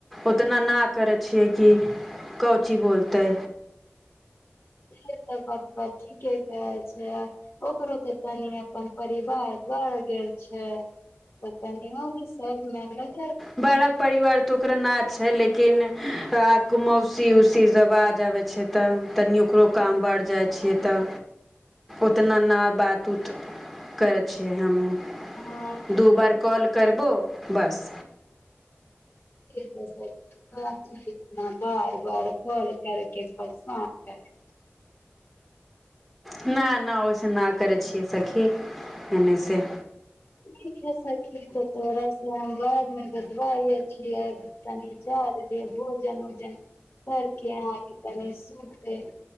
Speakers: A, in the centre; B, on the left.
A: ओतना न करै छियै कि कौची बोलतै।
B: ये त बतबा ठीके कहै छै। ओकरो तऽ तनी अपन परिवार बढ़ गेल छै। गोतनीयो कि सब मे लग
A: बड़ा परिवार तऽ ओकरा ना छै लेकिन मौसी उसी सब आ जाबे छै। तऽ तनि ओकरो काम बढ़ जाय छै तऽ उतना ना बात उत करै छियै हमहुं।
B: हँ ठीके
A: दू बार कॉल करबो बस।
B: <unintelligible> बार -बार काल करके परेसान करै छै।
A: ना -ना ओय से ना करै छियै सखी, एने से
B: ठीक है सखी त तोरा से हम बाद मे बतबाए छियै। तनि जा द लिय भोजन उजन करके अहाँ के तनी सुत के